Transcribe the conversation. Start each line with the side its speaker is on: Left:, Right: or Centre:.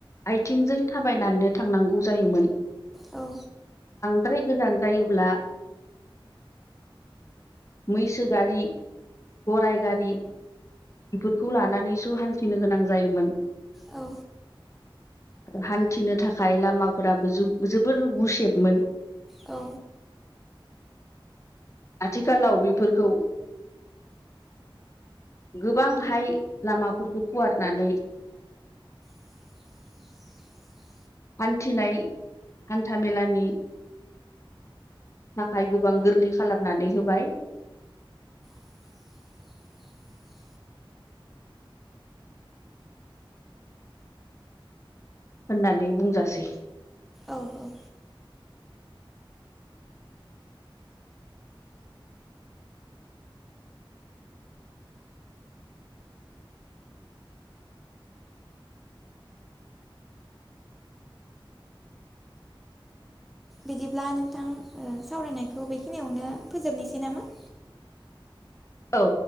Left: आथिंजों थाबायनानैनो थांनांगौ जायोमोन!
Centre: औ
Left: द्राय गोजान जायोब्ला! मैसो गारि गरराय गारि! बेफोरखौ लानानैसो हान्थिनो गोनां जायोमोन!
Centre: औ
Left: हान्थिनो थाखाय लामाफोराबो जोबोर गुसेबमोन!
Centre: औ
Left: आथिखालाव बेफोरखौ! गोबांहाय लामाफोरखौ फुवारनानै!
Centre: <inaudible>
Left: हान्थिनाय हान्थामेलानि थाखाया गोबां गोरलै खालामनानै होबाय
Centre: <inaudible>
Left: होननानै बुंजासै
Centre: औ औ बिदिब्ला नोंथां सावरायनायखौ बेखिनियावनो फोजोबनोसै नामा?
Left: औ